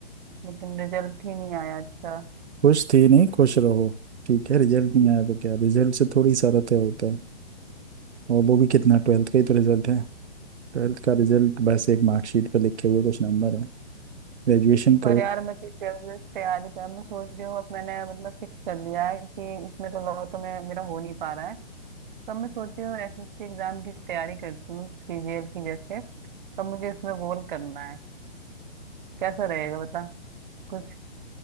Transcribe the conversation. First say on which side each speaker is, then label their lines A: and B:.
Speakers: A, on the right; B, on the right.
A: लेकिन रिजल्ट ही नहीं आया अच्छा
B: खुश थी नहीं खुश रहो ठीक है रिजल्ट नहीं आया तो क्या रिजल्ट से थोड़ी सा रते होता है और वो भी कितना ट्वेल्थ का ही तो रिजल्ट है ट्वेल्थ का रिजल्ट बस एक मार्कशीट पे लिखे हुए कुछ नंबर है ग्रेजुएशन
A: पर
B: करो
A: यार मैं किस तरह से तैयारी कर मैं सोच रही हूँ अब मैंने मतलब फिक्स कर लिया है कि इसमें तो लॉ तो मैं मेरा हो नहीं पा रहा है तो मैं सोच रही हूँ एसएससी एग्जाम की तैयारी करती हूँ सीजीएल की जैसे तो मुझे इसमें गोल करना है कैसा रहेगा बता कुछ